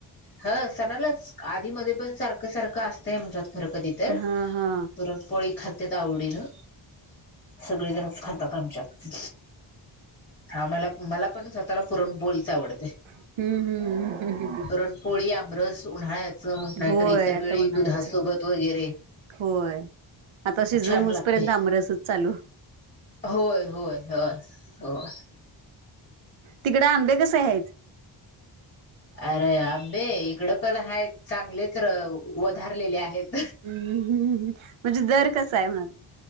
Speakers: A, on the left (about 20°); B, on the right (about 75°).
A: ह सणालाच आधी मधी पण सारखं सारखं असतंय आमच्यात खरं कधीतर
B: हा हा
A: पुरणपो ळी खात्यात आवडीनं सगळेजणचं खातात आमच्यात. आम्हाला. मला पण स्वतःला पुरणपोळीच आवड
B: हम्म हम्म हम्म हम्म हम्.
A: तरड पोळीआं रस उन्हाळ्यात. स नाहीतर
B: होय
A: इतर
B: आता
A: वेळी
B: उन्हाळ्याच
A: दुधासोबत वगैरे
B: होय आता सीझन
A: छान
B: होऊसपर्यंत
A: लागते
B: आमरसच चालू
A: होय होय होय होय.
B: तिकडे आंबे कसे आहेत.
A: अरे अ्बे इकडे पन हायत. चांगलेच वधारलेले आहेत.
B: हम्मम् म्हणजे दर कसा आहे म्ह